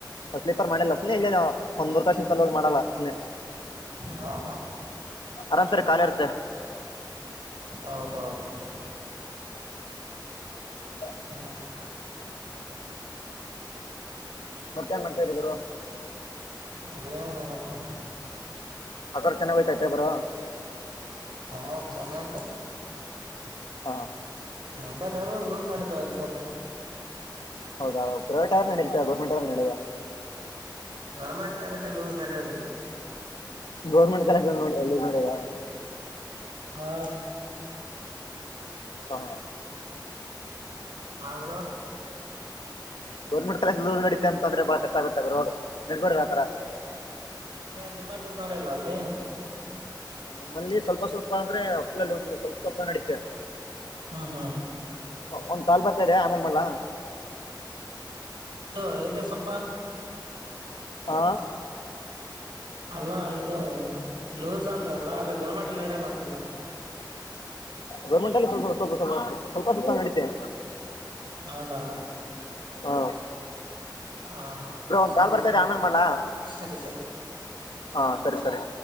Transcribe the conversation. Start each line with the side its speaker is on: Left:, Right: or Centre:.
Left: ಸ್ಲೀಪರ್ ಮಾಡಲ್ಲ ಸುನನೆ ಇಲ್ಲೇ ನಾ ಒಂದ್ ಮೂರು ದಷನ ಸಲ ಹಿ ಮಾಡಲ್ಲ ಸನನೆ
Right: ಹಾ ಹಾ
Left: ಆರಾಮ್ ಸರ್ ಕಖಾಲ ಇರ್ತ್ತೆ
Right: ಹೌದೌದು
Left: ಹ
Right: ಹ್ಮ ಹಾ
Left: ಮತ್ತ ಏನ್ ಮಾಡ್ತಾ ಇದೀ ಗರು
Right: ಏನೇನಲ್ಲಪ್ಪ
Left: ಆಕ್ರ ಚೆನ್ನಾಗೋಯ್ತಾ ಪೇಬರು
Right: ಹಾ ಚನ್ನಕ
Left: ಹಾ
Right: ಅಂದ ಯ ಲೂಸ್ ಮಾಡತ ಎಸಾಮ
Left: ಹೌದಾ ಪ್ರೈವೇಟ್ ಆದ್ರೆ ನಡೀತಾ ಗೌರ್ಮೆಟ್ ಆದ್ರ ನಡದಾ
Right: ಗೌರ್ಮೆಂಟ್ ಕಾಲೇಜಾ ಲೂಸ್ ನಡೆಯೋದಿಲ್ಲ
Left: ಗೋರ್ಮೆಂಟ್ ಕಾಲೇಜಲ್ಲಿ ನೋಡಿಲ್ಲಿ ನೋಡುವ
Right: ಹಾ
Left: ಹಾ
Right: ಅವರ
Left: ಗೌರ್ಮೆಂಟ್ ಕಲಸ ನಡಿತೆ ಅಂತಂದ್ರೆ ಬಾಳ ಕಷ್ಟ ಆಗುತ್ತೆ ಗಾಗ ನಡ್ಬಾರ್ದ್ ಆತರ
Right: ಹ ನೆಮ್ಮ ಲೂಸ್ ಮಾಡ್ಯಲ್ಲ ಅಲ್ಲಿ
Left: ನಮ್ಮಲ್ಲಿ ಸ್ವಲ್ಪ ಸ್ವಲ್ಪ ಅಂದ್ರೆ ಫುಲ್ಲಲ್ಲಿ ಸ್ವಲ್ಪ ಸ್ವಲ್ಪ ನಡೀಿತೆ
Right: ಹಾ ಹಾ
Left: ಒಂದ್ ತಾಲ್ ಬರ್ತಾ ಇದೆ ಆಮೇಲ್ ಮಾಡಳ
Right: ಅ ಎೇ ಸ್ವಲ್ಪ
Left: ಆ
Right: ಅಲ್ಲ ಇದು ಲೂಸ್ ಅಂದ್ರಲ್ಲ ಅಲ್ಲ ಗೌರ್ಮೆಂಟ್ ಎಲ್ಲಿ ನಡೆಯಲ್ಲ ಅಂತ ಕೇಳಿದೆ
Left: ಗೌರ್ಮೆಂಟ್ ಅಲ್ಲಿ ಸ್ವಲ್ಪ ಸ್ವಲ್ಪ ಸ್ವಲ್ಪ ಸ್ವಲ್ಪ ನಡೀಿತೆ
Right: ಹೌದಾ
Left: ಹಾ
Right: ಹ ಹಾ
Left: ಬ್ರೌನ್
Right: ಸರಿ
Left: ಕಾಲ್ ಬರ್ತದೆ ಆಮೇನ್ ಮಾಡಳ
Right: ಸರಿ ಸರಿ
Left: ಹಾ ಸರಿ ಸರಿ